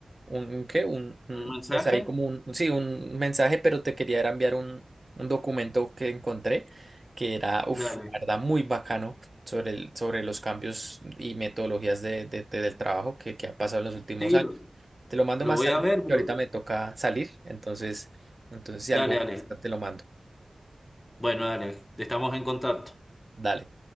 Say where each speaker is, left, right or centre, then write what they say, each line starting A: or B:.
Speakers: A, on the right; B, on the left.
A: un, ¿qué? Un, un-
B: <laughs> ¿Un mensaje?
A: pues ahí como un, sí, un mensaje, pero te quería era enviar un, un documento que encontré que era, uff,
B: Dale.
A: la verdad, muy bacano sobre el, sobre los cambios y metodologías de, de- de- del trabajo que, que ha pasado en los últimos
B: Sí,
A: años.
B: lo,
A: Te lo mando
B: lo
A: más
B: voy
A: tarde,
B: a ver. bro.
A: que ahorita me toca salir, entonces, entonces si
B: Dale,
A: algo,
B: dale.
A: te lo mando.
B: Bueno, dale. Estamos en contacto.
A: Dale.